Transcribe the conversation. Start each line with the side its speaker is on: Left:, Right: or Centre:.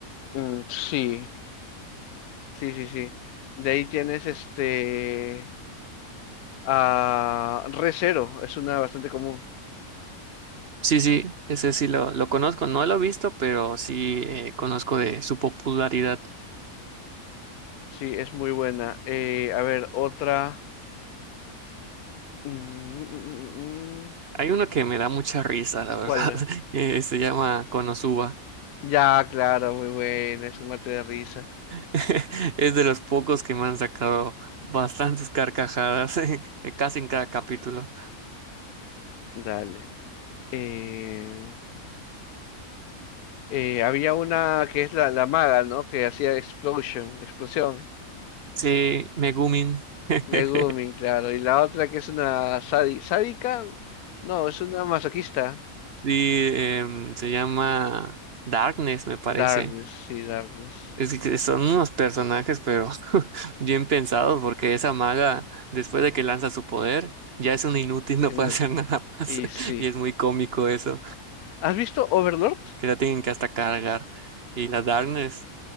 Left: mm, sí, sí, sí, sí. De ahí tienes este, a Recero, es una bastante común.
Right: Sí, sí, ese sí lo, lo conozco, no lo he visto, pero sí eh, conozco de su popularidad.
Left: Sí, es muy buena. Eh, a ver, otra. mm, mm, mm, mm, mm,
Right: Hay uno que me da mucha risa, la verdad.
Left: ¿cuál?
Right: <laughs> eh, se llama Konosuba.
Left: Ya, claro, muy buena, es un mate de risa.
Right: <laughs> Es de los pocos que me han sacado bastantes carcajadas, <laughs> eh, casi en cada capítulo.
Left: Dale. Eh, eh, había una que es la, la maga, ¿no? Que hacía explosion, explosión.
Right: Sí, Megumin. <laughs>
Left: Megumi, claro. Y la otra que es una sadi- sádica, no, es una masoquista.
Right: Y em, se llama Darkness, me parece.
Left: Darkness, sí, Darkness.
Right: Es que son unos personajes, pero <laughs> bien pensados, porque esa maga, después de que lanza su poder, ya es un inútil, no
Left: Inútil.
Right: puede hacer nada más.
Left: Y sí.
Right: <laughs> Y es muy cómico eso,
Left: ¿Has visto Overlord?
Right: que la tienen que hasta cargar. Y la Darkness,